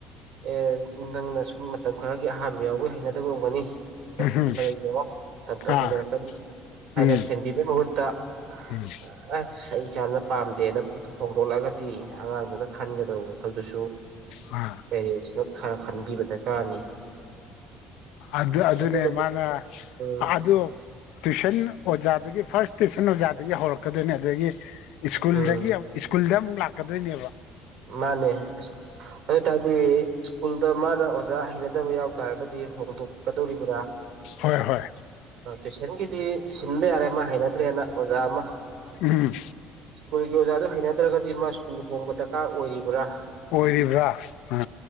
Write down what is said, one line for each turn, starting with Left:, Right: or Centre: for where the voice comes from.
Right: ꯑꯦ ꯅꯪꯅ ꯁꯨꯝ ꯃꯇꯝ ꯈꯔꯒꯤ ꯑꯍꯥꯟꯕ ꯌꯥꯎꯕꯒꯤ ꯍꯩꯅꯗꯕ ꯑꯣꯏꯔꯝꯒꯅꯤ ꯇꯪ
Left: ꯎꯝ
Right: ꯈꯜꯂꯒ ꯌꯦꯡꯉꯣ ꯇꯞ ꯇꯞꯅ
Left: ꯑꯥ
Right: ꯍꯩꯅꯔꯛꯀꯅꯤ ꯍꯥꯏꯅ
Left: ꯎꯝ
Right: ꯊꯦꯝꯕꯤꯕꯩ ꯃꯍꯨꯠꯇ <inaudible>
Left: ꯎꯝ
Right: <unintelligible> ꯑꯩ ꯏꯆꯥꯅ ꯄꯥꯝꯗꯦꯅ <unintelligible> ꯍꯣꯡꯗꯣꯛꯂꯒꯗꯤ ꯑꯉꯥꯡꯗꯨꯅ ꯈꯟꯒꯗꯕ ꯋꯥꯈꯜꯗꯨꯁꯨ
Left: ꯑꯥ
Right: ꯄꯦꯔꯦꯟꯁꯅ ꯈꯔ ꯈꯟꯕꯤꯕ ꯗꯔꯀꯥꯔꯅꯤ
Left: ꯑꯗꯨ ꯑꯗꯨꯅꯦ
Right: ꯑꯗꯨꯅꯅꯤ
Left: ꯃꯥꯅ
Right: ꯎꯝ
Left: ꯑꯥꯗꯨ ꯇꯨꯏꯁꯟ ꯑꯣꯖꯥꯗꯒꯤ ꯐꯥꯔꯁ ꯇꯨꯏꯁꯟ ꯑꯣꯖꯥ ꯗꯒꯤ ꯍꯧꯔꯛꯀꯗꯣꯏꯅꯦ ꯑꯗꯒꯤ ꯁ꯭ꯀꯨꯜꯗꯒꯤ
Right: ꯎꯝ
Left: <unintelligible> ꯁ꯭ꯀꯨꯜꯗ ꯑꯃꯨꯛ ꯂꯥꯛꯀꯗꯣꯏꯅꯦꯕ
Right: ꯃꯥꯅꯦ ꯑꯗꯨꯇꯥꯔꯗꯤ ꯁ꯭ꯀꯨꯜꯗ ꯃꯥꯅ ꯑꯣꯖꯥ ꯍꯩꯅꯗꯕ ꯌꯥꯎ ꯇꯥꯔꯒ ꯗꯤ ꯍꯣꯡꯗꯣꯛꯀꯗꯧꯔꯤꯕ꯭ꯔ
Left: ꯍꯣꯏ ꯍꯣꯏ
Right: ꯇꯨꯢꯁꯟꯒꯤ ꯗꯤ ꯁꯤꯟꯕ ꯌꯥꯔꯦ ꯃꯥ ꯍꯩꯅꯗ꯭ꯔꯦꯅ ꯑꯣꯖꯥ ꯑꯃ
Left: ꯎꯝ
Right: ꯁ꯭ꯀꯨꯜꯒꯤ ꯑꯣꯖꯥꯗꯣ ꯍꯩꯅꯗ꯭ꯔꯒꯗꯤ ꯃꯥ ꯁ꯭ꯀꯨꯜ ꯍꯣꯡꯕ ꯗꯔꯀꯥꯔ ꯑꯣꯏꯔꯤꯕ꯭ꯔ
Left: ꯑꯣꯏꯔꯤꯕ꯭ꯔ ꯑ